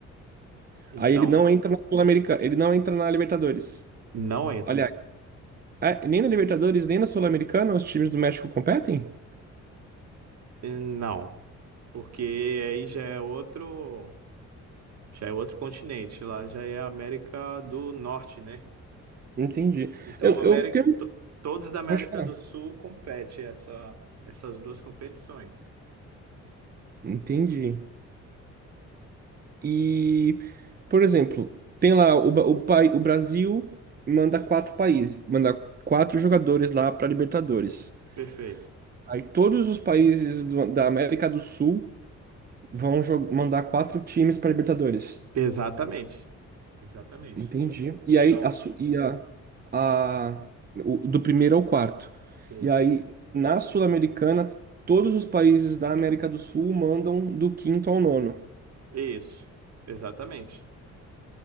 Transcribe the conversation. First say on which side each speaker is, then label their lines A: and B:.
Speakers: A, on the right; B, on the right.
A: Então,
B: Aí ele não entra na Sul-Americana, ele não entra na Libertadores.
A: não entra.
B: Aliás, é, nem na Libertadores, nem na Sul-Americana os times do México competem?
A: E Não, porque aí já é outro, já é outro continente, lá já é a América do Norte, né?
B: Entendi.
A: Então,
B: Eu, eu
A: a América,
B: tenho-
A: to- todos da América
B: Pode falar.
A: do Sul competem essa, essas duas competições.
B: Entendi. E, por exemplo, tem lá o, Ba- o, pai- o Brasil manda quatro países, manda quatro jogadores lá para Libertadores.
A: Perfeito.
B: Aí todos os países do- da América do Sul vão jo- mandar quatro times para Libertadores.
A: Exatamente. Exatamente.
B: Entendi.
A: Então,
B: E aí, a, su- e a, a- o- do primeiro ao quarto.
A: Isso.
B: E aí, na Sul-Americana, todos os países da América do Sul mandam do quinto ao nono.
A: isso. Exatamente.